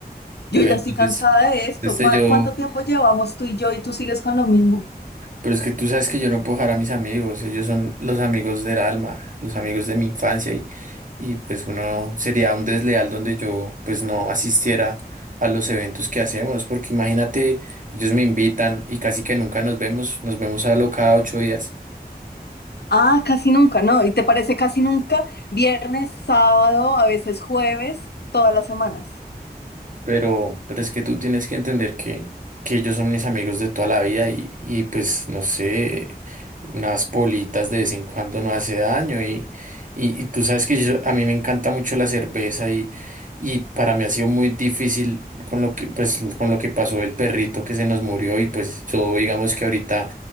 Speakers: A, on the right (about 50°); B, on the left (about 80°).
A: Bueno,
B: Yo ya estoy
A: entonces,
B: cansada de esto.
A: este
B: ¿Cuá-
A: yo,
B: ¿Cuánto tiempo llevamos tú y yo y tú sigues con lo mismo?
A: pero es que tú sabes que yo no puedo dejar a mis amigos, ellos son los amigos del alma, los amigos de mi infancia y, y pues uno sería un desleal donde yo pues no asistiera a los eventos que hacemos, porque imagínate, ellos me invitan y casi que nunca nos vemos, nos vemos a lo cada ocho días.
B: Ah, casi nunca, ¿no? ¿Y te parece casi nunca? Viernes, sábado, a veces jueves, todas las semanas.
A: Pero, pero es que tú tienes que entender que, que ellos son mis amigos de toda la vida y, y pues no sé, unas politas de vez en cuando no hace daño y, y, y tú sabes que yo- a mí me encanta mucho la cerveza y, y para mí ha sido muy difícil con lo que, pues, con lo que pasó el perrito que se nos murió y pues yo digamos que ahorita